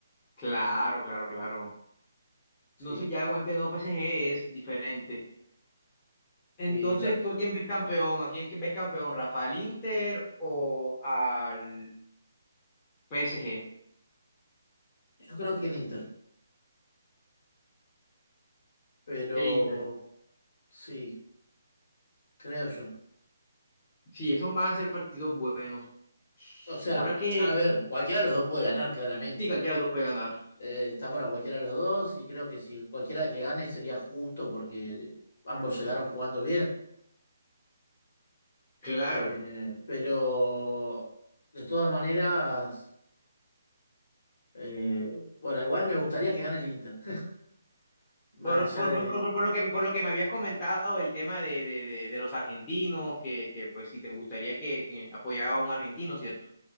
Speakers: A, on the left; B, on the left.
A: Claro, claro, claro.
B: Sí.
A: Entonces ya con este nuevo PSG es diferente. Entonces,
B: Sí, lo-
A: ¿tú a quién ves campeón? ¿A quién ves campeón? ¿Rafael Inter o al PSG?
B: yo creo que el Inter. Pero
A: El Inter.
B: sí, creo yo.
A: Sí, esos van a ser partidos buenos.
B: O sea,
A: Ahora que,
B: a ver, cualquiera de los dos puede ganar, claramente.
A: sí, cualquiera de los dos puede ganar.
B: Eh, está para cualquiera de los dos y creo que si cualquiera que gane sería justo porque ambos llegaron jugando bien.
A: Claro.
B: Eh, pero de todas maneras, eh, bueno, igual me gustaría que gane el Inter. <laughs> Más
A: Por, por,
B: allá de...
A: por- por lo que, por lo que me habías comentado, el tema de, de- de- de los argentinos, que, que, pues si te gustaría que, que apoyaba a un argentino, ¿cierto?